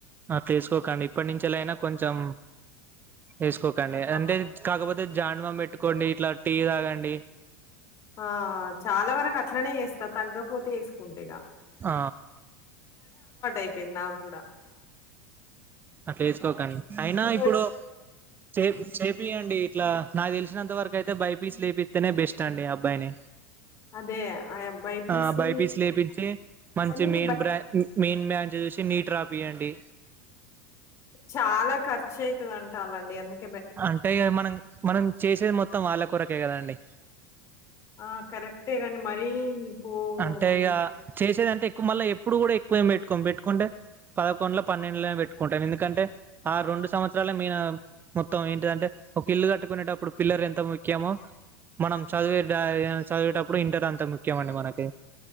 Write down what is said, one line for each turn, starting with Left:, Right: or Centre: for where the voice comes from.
Right: అట్ల వేసుకోకండి ఇప్పటి నుంచి లే అయినా కొంచెం వేసుకోకండి
Left: ఆ
Right: అంటే కాకపోతే జాన్డు బాంబ్ పెట్టుకోండి ఇట్లా టీ తాగండి
Left: ఆ చాలా వరకు అట్లనే చేస్తా తగ్గపోతే వేసుకుంటీగా
Right: ఆ
Left: అయిపోయింది నాగూడా
Right: అట్లా ఎసుకోకండి అయినా
Left: ఏదో
Right: ఇప్పుడు చే చేపియండి ఇట్లా నాకు తెలిసినంత వరకు అయితే బైపీస్ లేపిస్తేనే బెస్ట్ అండి అబ్బాయిని
Left: అదే బైపీసి
Right: ఆ బైపీస్ లేపించి మంచి
Left: అని
Right: మెయిన్
Left: బై
Right: బ్రాం మెయిన్ మ చూసి నీట్ రాపియండి
Left: చాలా ఖర్చు అయితది అంటాలండి ఎందుక
Right: అంటే ఇగ మనం మనం చేసేది మొత్తం వాళ్ళ కొరకే కదండి
Left: ఆ కరెక్టే గాని మరీ కో
Right: అంటే ఇగ
Left: ఎ
Right: చేసేదంటే ఎక్కువ మళ్ళ ఎప్పుడు కూడా ఎక్కువేమి పెట్టుకోమ్ పెట్టుకుంటే పదకొండుల పన్నెండుల పెట్టుకుంటాం ఎందుకంటే ఆ రెండు సంవత్సరాల మీన మొత్తం ఏంటిదంటే ఒక ఇల్లు కట్టుకునేటప్పుడు పిల్లర్ ఎంత ముఖ్యమో మనం చదివే చదివేటప్పుడు ఇంటర్ అంతా ముఖ్యం అండి మనకి